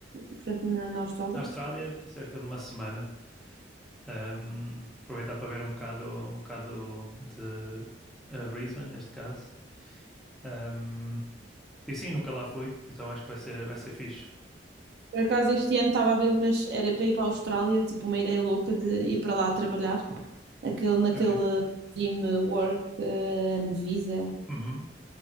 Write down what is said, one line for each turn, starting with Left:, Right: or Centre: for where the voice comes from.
Right: portanto, na, na Austrália?
Centre: Na Austrália, cerca de uma semana. Ahm, aproveitar para ver um bocado, um bocado de eh, Brisbane, neste caso Ahm, e sim, nunca lá fui, então acho que vai ser, vai ser fixe.
Right: Por acaso este ano estava a ver, mas era para ir para a Austrália, tipo uma ideia louca de ir para lá trabalhar, aquele, naquele
Centre: Ok.
Right: regime work eh, and visa,
Centre: Uhum,